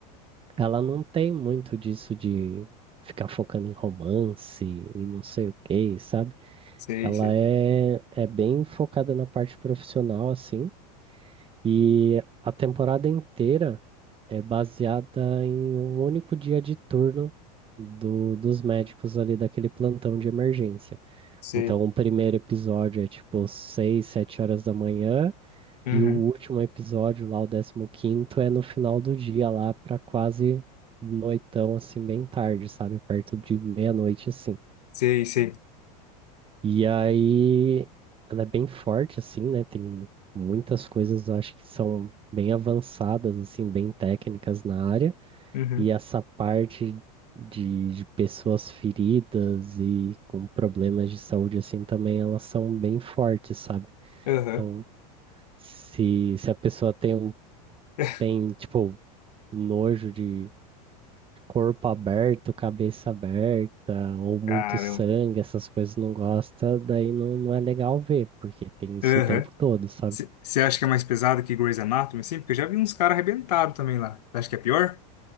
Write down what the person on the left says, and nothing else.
Sei,
sei.
Sei.
Uhum.
Sei, sei.
Uhum.
Aham.
<laughs>
Caramba.
Aham.
Você acha que é mais pesado que Grey's Anatomy, assim? Porque eu já vi uns caras arrebentados também lá. Você acha que é pior?